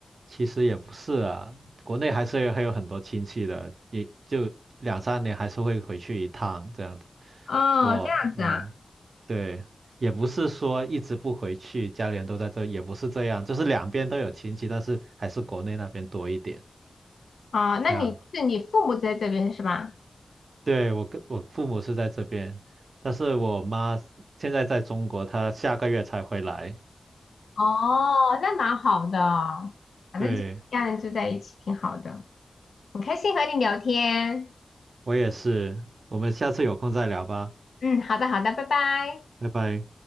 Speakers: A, on the right; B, on the left.
A: 其实也不是啊，国内还是有还有很多亲戚的，也就两三年还是会回去一趟这样子。
B: 哦，
A: 我嗯，
B: 这样子啊。
A: 对，也不是说一直不回去，家里人都在这，也不是这样，就是两边都有亲戚，但是还是国内那边多一点。
B: 啊，那你是你父母在这边是吧？
A: 这样，对，我跟我父母是在这边，但是我妈现在在中国，她下个月才回来。
B: 哦，那蛮好的，反正就是家人住在一起挺好的，
A: 对。
B: 很开心和你聊天。
A: 我也是，我们下次有空再聊吧，
B: 嗯，好的好的，拜拜。
A: 拜拜。